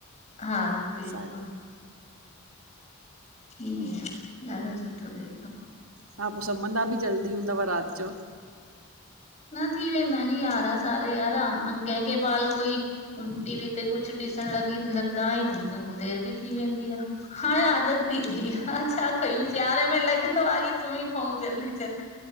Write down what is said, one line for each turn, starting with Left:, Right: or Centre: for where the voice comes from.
Left: हा बिल्कुलु
Right: सा
Left: ईअ ॾाढ <inaudible> ओ ॻालो सुठो थए
Right: हा पो सुमंदा बि जल्दी हूंदव रात जो?
Left: न थी वेंदा नी यारां साडा यारां कंह कह महल कोई टी वी ते कुझु ॾिसण लॻी लॻंदा आहियूं त देर बि थी वेंदी आ। हाणे आदत थी वई हा छा कयूं सियारे में लॻंदो आ की सुम्ही पऊ जलदी